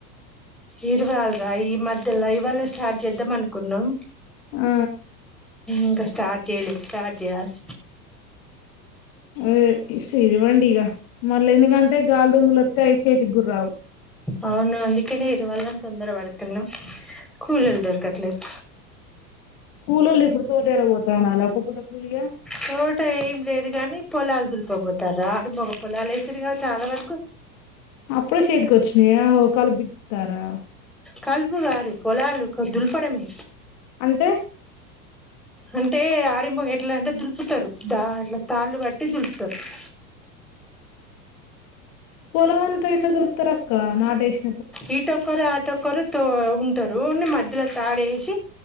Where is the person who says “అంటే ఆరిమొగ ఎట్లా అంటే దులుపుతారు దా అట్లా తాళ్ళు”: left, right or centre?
Centre